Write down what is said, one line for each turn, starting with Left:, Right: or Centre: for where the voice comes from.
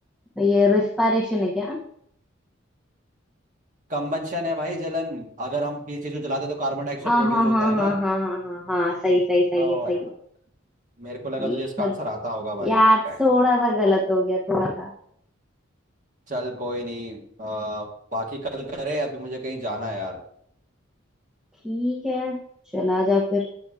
Centre: ये रिस्पायरेशन है क्या
Right: कंबंशन है भाई जलन अगर हम ये चीज को जलाते हैं तो कार्बन डाइऑक्साइड
Centre: हाँ
Right: प्रोड्यूस
Centre: हाँ
Right: होता
Centre: हाँ
Right: है
Centre: हाँ
Right: ना
Centre: हाँ हाँ हाँ हाँ सही सही सही
Right: ओ
Centre: है सही
Right: यार
Centre: है
Right: मेरे को लगा
Centre: ये
Right: तुझे इसका
Centre: थोड़,
Right: आंसर आता होगा भाई
Centre: यार
Right: <clears throat>
Centre: थोड़ा सा गलत हो गया थोड़ा सा
Right: चल कोई नहीं आ, बाकी कल करे अभी मुझे कहीं जाना है यार
Centre: ठीक है चला जा फिर